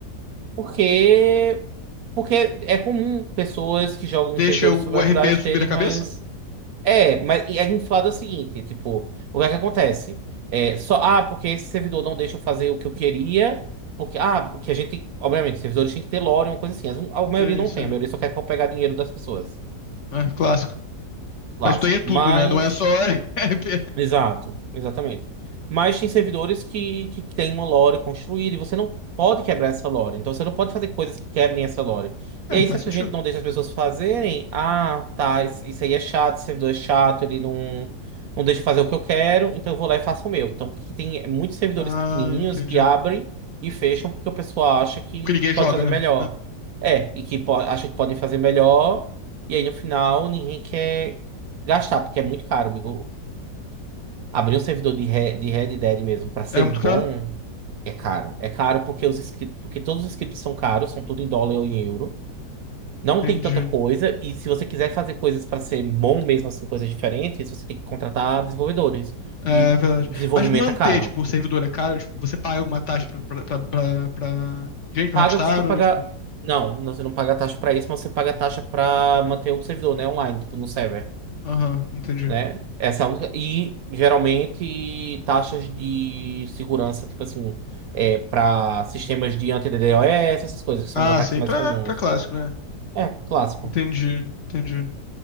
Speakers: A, on the right; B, on the left.
A: Porque, porque é comum pessoas que jogam
B: Deixa
A: em servidores
B: o
A: sobrenaturais
B: o R p subir
A: terem
B: a cabeça?
A: mais. É, mas e é inflado é o seguinte, tipo, o que é que acontece? É, só, ah, porque esse servidor não deixa eu fazer o que eu queria, porque, ah, porque a gente tem, obviamente, servidores têm que ter lore, uma coisa assim, As- a maioria
B: Sim,
A: não
B: sim.
A: tem, a maioria só quer pegar dinheiro das pessoas,
B: É, clássico.
A: clássico,
B: Mas isso daí é tudo,
A: mas...
B: né? Não é só. <laughs> R P.
A: Exato, exatamente. Mas tem servidores que, que têm uma lore construída e você não pode quebrar essa lore. Então você não pode fazer coisas que quebrem essa lore.
B: É,
A: E aí,
B: faz
A: se a
B: sentido.
A: gente não deixa as pessoas fazerem, ah, tá, isso isso aí é chato, esse servidor é chato, ele não, não deixa eu fazer o que eu quero, então eu vou lá e faço o meu. Então que tem muitos servidores
B: Ah,
A: pequenininhos
B: entendi.
A: que abrem e fecham porque o pessoal acha que
B: Porque ninguém joga,
A: pode fazer
B: né?
A: melhor. É, e que po- acha que podem fazer melhor, e aí no final ninguém quer gastar, porque é muito caro, amigo. Abrir um servidor de, Re- de Red Dead mesmo pra ser
B: É, é muito
A: bom
B: caro?
A: é caro. É caro porque os scripts, porque todos os scripts são caros, são tudo em dólar ou em euro. Não
B: Entendi.
A: tem tanta coisa, e se você quiser fazer coisas pra ser bom mesmo assim, coisas diferentes, você tem que contratar desenvolvedores.
B: É
A: E
B: é verdade.
A: desenvolvimento
B: Mas manter,
A: é caro.
B: tipo, o servidor é caro? Tipo, você paga alguma taxa pra, pra, pra, pra, pra gente, pra
A: Paga,
B: Rockstar?
A: você tem que
B: Ou,
A: pagar.
B: tipo.
A: Não, você não paga taxa pra isso, mas você paga taxa pra manter o servidor, né, online, tipo, no server.
B: Aham, entendi.
A: né? Essa é a única. E geralmente taxas de segurança, tipo assim, é, para sistemas de anti-DDoS, essas coisas, que são
B: Ah,
A: os ataques
B: sim,
A: mais
B: pra,
A: comuns.
B: pra clássico, né?
A: É, clássico.
B: Entendi, entendi.